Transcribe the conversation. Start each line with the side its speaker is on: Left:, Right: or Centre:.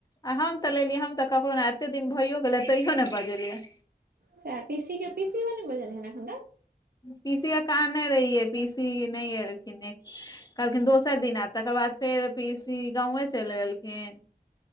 Left: आ हम तऽ लेलियै हम तऽ ककरो ने एते दिन भइयो गेले तैयो ने बजेलियै।
Right: से पीसी के पीसीयो ने बजेलखिन्ह हैं अखन तक।
Left: पीसी के कहने रहिए पीसी नहि एलखिन्ह एक कहलखिन दोसर दिन ऐब तकर बाद फेर पीसी गांवे चलि गेलखिन।